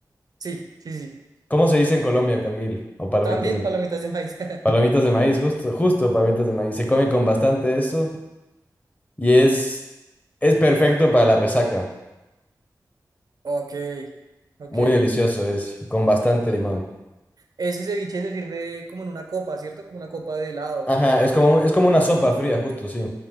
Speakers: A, on the right; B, on the left.
A: Sí, sí, sí.
B: ¿Cómo se dice en Colombia canguil? O palomitas
A: También
B: de maíz.
A: palomitas de maíz. <laughs>
B: Palomitas de maíz, justo, justo palomitas de maíz. Se come con bastante eso y es, es perfecto para la resaca.
A: Ok, ok.
B: Muy delicioso es, con bastante limón.
A: Ese ceviche se sirve como en una copa, ¿cierto? Como una copa de helado,
B: Ajá,
A: como una
B: es como, un- es como una sopa fría, justo, sí.